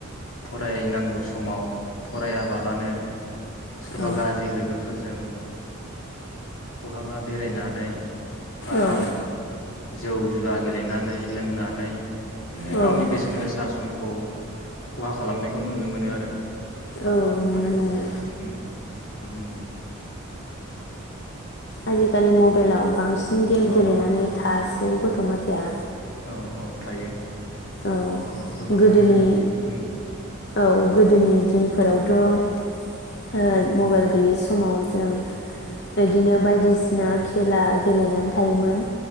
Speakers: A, on the left (about 80°); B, on the left (about 55°).
A: फरायनांगौस समाव फरायाबालानो सोरबा
B: औ
A: गाज्रि लोगोफोरजों बहाबा बेरायनानै बा
B: औ
A: जौ जुवा गेलेनानै लोंनानै बिदिनो
B: नुनो मोनो
A: गावनि बेसेन गोसा समखौ खहा खालामनायखौ नुनो मोनो आरो।
B: औ नुनो
A: माने
B: मोनो।
A: उम नुनो मोनो।
B: आजिखालि मबाइलाव बांसिन गेम
A: औ
B: गेलेनानै थास ऐ गथ' मानसिया
A: औ औ थायो।
B: औ
A: नंगौ गोबाङानो
B: गोदोनि
A: बिदिनो उम
B: औ गोदोनि दिनफोरावथ' ओ
A: उम
B: मबाइल गैयै स समाव जों बेबायदिनो बायदिसिना खेला गेलेनानै थायोमोन।